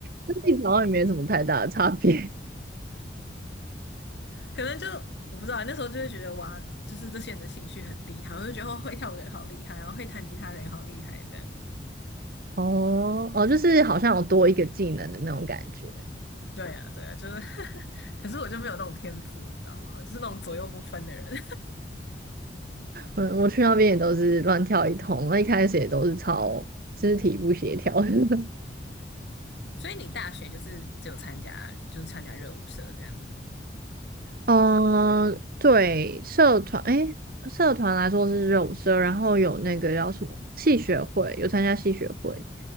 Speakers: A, on the right; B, on the left.
A: 这其实好像也没什么太大的差别。<laughs>
B: 可能就我不知道，那时候就会觉得哇，就是这些人的兴趣很厉害，我就觉得哦会跳舞的人好厉害，然后会弹吉他的人好厉害，这样。
A: 哦哦，就是好像有多一个技能的那种感觉。
B: 对啊，对啊，就是，<laughs> 可是我就没有那种天赋，你知道吗？我就是那种左右不分的人。
A: 嗯，我去那边也都是乱跳一通，那一开始也都是超肢体不协调。<laughs>
B: 所以你大学就是只有参加，就是参加热舞社这样。
A: 嗯，对，社团，诶，社团来说是肉社，然后有那个叫什么戏学会，有参加戏学会，